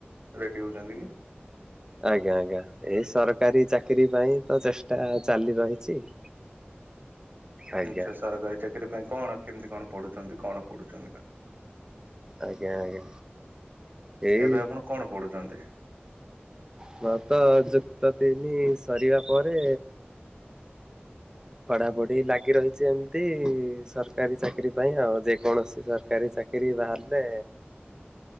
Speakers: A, on the right; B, on the right.
A: ରେଡି ହଉଛନ୍ତି କି
B: ଆଜ୍ଞା ଆଜ୍ଞା ଏଇ ସରକାରୀ ଚାକିରି ପାଇଁ ତ ଚେଷ୍ଟା ଚାଲି ରହିଛି <inaudible> ଆଜ୍ଞା
A: ଆଛା ସରକାରୀ ଚାକିରି ପାଇଁ କଣ କେମିତି କଣ ପଢୁଛନ୍ତି କଣ ପଢୁଛନ୍ତି ନା
B: ଆଜ୍ଞା ଆଜ୍ଞା। ଏଇ
A: ଏବେ ଆପଣ କଣ ପଢୁଛନ୍ତି?
B: ବା ତ ଜଗତତି ସରିବା ପରେ ପଢାପଢି ଲାଗି ରହିଛି ଏମିତି ସରକାରୀ ଚାକିରି ପାଇଁ ଆଉ ଯେକୌଣସି ସରକାରୀ ଚାକିରି ବାହାରିଲେ